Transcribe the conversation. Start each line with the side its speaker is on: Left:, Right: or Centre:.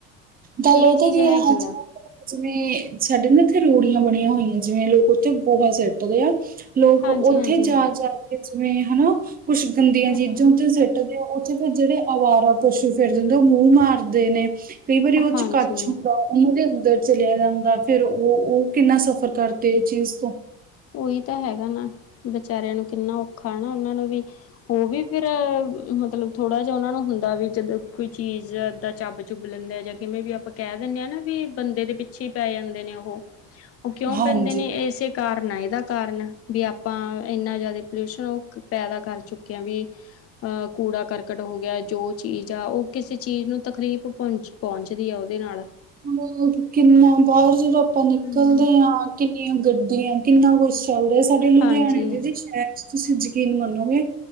Right: ਗੱਲ
Left: ਇਹ
Right: ਪਤਾ
Left: ਚੀਜ਼
Right: ਕੀ ਆ।
Left: ਹੈਗੀ
Right: ਅੱਜ-ਕੱਲ੍ਹ ਜਿਵੇਂ ਸਾਡੇ ਨਾ ਇੱਥੇ ਰੋੜੀਆਂ ਬਣੀਆਂ ਹੋਈਆਂ। ਜਿਵੇਂ ਲੋਕ ਉੱਥੇ ਗੋਹਾ ਸੱਟਦੇ ਆ। ਲੋਕ
Left: ਹਾਂਜੀ
Right: ਉੱਥੇ
Left: ਹਾਂਜੀ ਹਮ
Right: ਜਾ-ਜਾ ਕੇ ਜਿਵੇਂ ਹਨਾ। ਕੁਛ ਗੰਦੀਆਂ ਚੀਜ਼ਾਂ
Left: ਹਮ ਹਮ
Right: ਉੱਥੇ ਸਿੱਟਦੇ ਆ। ਉਹ 'ਚ' ਫਿਰ ਜਿਹੜੇ ਅਵਾਰਾ ਪਸ਼ੂ ਫਿਰਦੇ ਉਹ ਮੂੰਹ ਮਾਰਦੇ ਨੇ। ਕਈ ਵਾਰੀ ਉਹ
Left: ਹਾਂਜੀ
Right: 'ਚ' ਕੱਚ ਹੁੰਦਾ। ਉਹਨਾਂ ਦੇ ਅੰਦਰ ਚਲਿਆ ਜਾਂਦਾ ਫਿਰ ਉਹ-ਉਹ ਕਿੰਨਾ ਸਫ਼ਰ ਕਰਦੇ ਇਹ ਚੀਜ਼ ਤੋਂ।
Left: ਉਹੀ ਤਾਂ ਹੈਗਾ ਨਾ। ਵਿਚਾਰਿਆਂ ਨੂੰ ਕਿੰਨਾ ਔਖਾ ਨਾ ਉਹਨਾਂ ਨੂੰ ਵੀ। ਉਹ ਵੀ ਫਿਰ ਮਤਲਬ ਥੋੜ੍ਹਾ ਜਿਹਾ ਉਹਨਾਂ ਨੂੰ ਹੁੰਦਾ ਵੀ ਜਦੋਂ ਕੋਈ ਚੀਜ਼ ਦਾ ਚੱਬ-ਚੁੱਬ ਲੈਂਦੇ ਆ ਜਾਂ ਕਿਵੇਂ ਵੀ ਆਪਾਂ ਕਹਿ ਦਿੰਦੇ ਹਾਂ ਨਾ ਵੀ ਬੰਦੇ ਦੇ ਪਿੱਛੇ ਪੈ ਜਾਂਦੇ ਨੇ ਉਹੋ। ਉਹ ਕਿਉਂ
Right: ਹਾਂਜੀ
Left: ਪੈਂਦੇ ਨੇ। ਇਸੇ ਘਟਨਾ ਇਹਦਾ ਕਾਰਨ ਵੀ ਆਪਾਂ ਇੰਨਾ ਜ਼ਿਆਦਾ ਪੋਲਿਊਸ਼ਨ ਉਹ ਪੈਦਾ ਕਰ ਚੁੱਕੇ ਆ ਵੀ। ਅ ਕੂੜਾ-ਕਰਕਟ ਹੋ ਗਿਆ। ਜੋ ਚੀਜ਼ ਆ ਉਹ ਕਿਸੇ ਚੀਜ਼ ਨੂੰ ਤਕਰੀਫ਼ ਪਹੁੰਚ ਪਹੁੰਚਦੀ ਆ ਉਹਦੇ ਨਾਲ।
Right: ਹੋਰ ਕਿੰਨਾ ਬਾਹਰ ਜਦੋਂ ਆਪਾਂ ਨਿਕਲਦੇ
Left: ਹਮ
Right: ਆ। ਕਿੰਨੀਆਂ ਗੱਡੀਆਂ ਕਿੰਨਾ ਕੁਛ ਚੱਲਦਾ ਰਿਹਾ ਸਾਡੇ ਲੁਧਿਆਣੇ
Left: ਹਾਂਜੀ
Right: ਦੇ ਵਿੱਚ ਹੈ ਤੁਸੀਂ ਯਕੀਨ ਮੰਨੋ ਗੇ